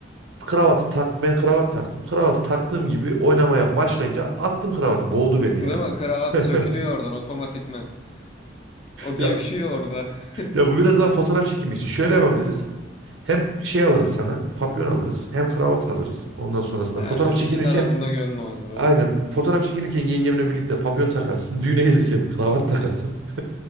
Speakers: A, on the right (about 85°); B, on the left (about 35°).
A: Kravatı tak ben kravat taktım. Kravatı taktığım gibi oynamaya başlayınca attım kravatı. Boğdu beni
B: Değil
A: yani.
B: mi? Kravat
A: <laughs>
B: sökülüyor oradan otomatikman. O gevşiyor
A: Ya
B: orada. <laughs>
A: ya bu biraz daha fotoğraf çekimi için. Şöyle yapabiliriz. Hem şey alırız sana, papyon alırız, hem kravat alırız. Ondan sonrasında
B: Ha,
A: fotoğraf çekinirken
B: iki tarafında gönlü olur öyle
A: Aynen.
B: mi?
A: Fotoğraf çekinirken yengemle birlikte papyon takarsın. Düğüne gelirken kravat takarsın.